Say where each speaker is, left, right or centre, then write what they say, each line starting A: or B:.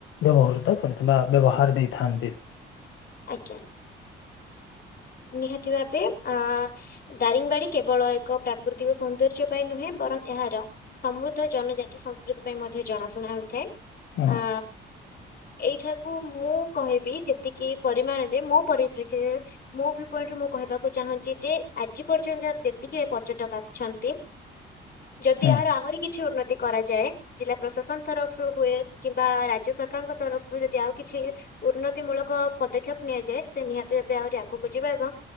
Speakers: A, on the left (about 80°); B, on the left (about 50°).
A: ବ୍ୟବହୃତ କରି ବା ବ୍ୟବହାର ଦେଇଥାନ୍ତି।
B: ଆଜ୍ଞା। ନିହାତି ଭାବେ ଆ ଦାରିଙ୍ଗୀବାବାଡ଼ି କେବଳ ଏକ ପ୍ରାକୃତିକ ସୌନ୍ଦର୍ଯ୍ୟ ପାଇଁ ନୁହେଁ ବରଂ ଏହାର ସମୃଦ୍ଧ ଜନଜାତି ସଂସ୍କୃତି ପାଇଁ ମଧ୍ୟ ଜଣାଶୁଣା ହୋଇଥାଏ
A: ହୁଁ
B: ଆ ଏଇଠାକୁ ମୁଁ କହିବି ଯେତିକି ପରିମାଣରେ ମୋ ପରିପ୍ରେକ୍ଷୀରେ ମୋ ଭି ପଏଣ୍ଟୁ ମୁଁ କହିବାକୁ ଚାହୁଁଛି ଯେ ଆଜି ପର୍ଯ୍ୟନ୍ତ ଯେତିକି ଏ ପର୍ଯ୍ୟଟକ ଆସିଛନ୍ତି ଯଦି
A: ହୁଁ
B: ଏହାର ଆହୁରି କିଛି ଉନ୍ନତି କରାଯାଏ ଜିଲ୍ଲା ପ୍ରଶାସନ ତରଫରୁ ହୁଏ କିମ୍ବା ରାଜ୍ୟ ସରକାରଙ୍କ ତରଫରୁ ଯଦି ଆଉ କିଛି ଉନ୍ନତି ମୂଳକ ପଦକ୍ଷେପ ନିଆଯାଏ ସେ ନିହାତି ଭାବେ ଆହୁରି ଆଗକୁ ଯିବା ଏବଂ